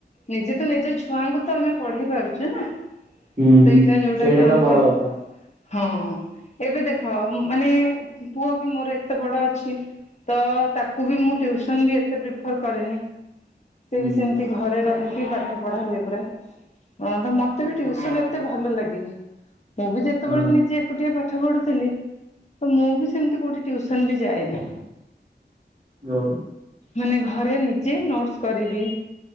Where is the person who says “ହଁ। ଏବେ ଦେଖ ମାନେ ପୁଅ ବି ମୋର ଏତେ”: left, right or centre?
Left